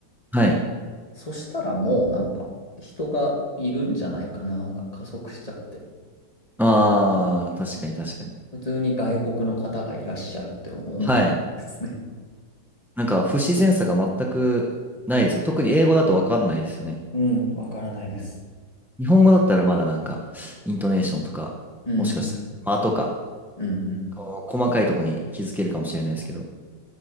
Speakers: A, in the centre; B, on the left.
A: はい。
B: そしたらもう、なんか、人がいるんじゃないかな、が加速しちゃって。
A: ああ、確かに確かに。
B: うん普通に外国の方がいらっしゃるって思うんですね。
A: はい。なんか、不自然さが全くないですよ。特に英語だとわかんないですよね。
B: うん、わからないです。
A: 日本語だったらまだなんか、イントネーションとか、
B: うん、
A: もしかしたら、間とか、
B: うん、うん。
A: こう細かいとこに気づけるかもしれないですけど、